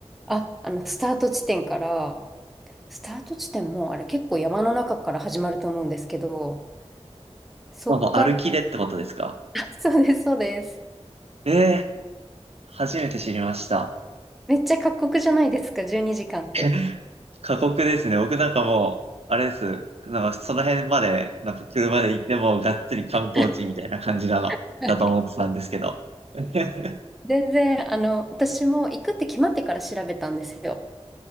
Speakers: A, in the centre; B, on the right.
A: あ、あの、スタート地点から、スタート地点も、あれ結構山の中から始まると思うんですけど、そっから、
B: まあ、もう歩きでってことですか。
A: <laughs> そうです、そうです。
B: ええー初めて知りました。
A: めっちゃ過酷じゃないですか、12時間って。
B: <laughs> 過酷ですね。僕なんかもう、あれです。なんかその辺まで、なんか車で行ってもがっつり観光地みたいな感じなの、
A: <laughs> はい
B: だと思ってたんですけど。<laughs>
A: 全然、あの、私も行くって決まってから調べたんですよ。